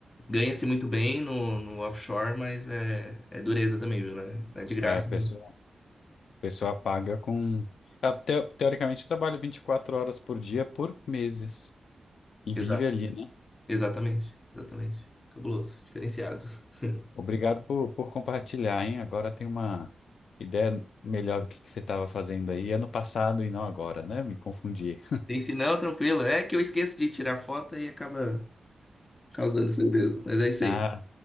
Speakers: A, on the left; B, on the left.
A: Ganha-se muito bem no, no offshore, mas é, é dureza também, viu, né? Não é de graça.
B: É, a pessoa, a pessoa paga com. ela teo- teoricamente, trabalha 24 horas por dia por meses e
A: Exato.
B: vive ali, né?
A: Exatamente. Exatamente. Cabuloso. Diferenciado. <laughs>
B: Obrigado por, por compartilhar, hein? Agora tem uma ideia melhor do que, que você estava fazendo aí ano passado e não agora, né? Me confundi.
A: Tem se não, tranquilo. É que eu esqueço de tirar foto e acaba causando isso mesmo. Mas é isso
B: Ah.
A: aí.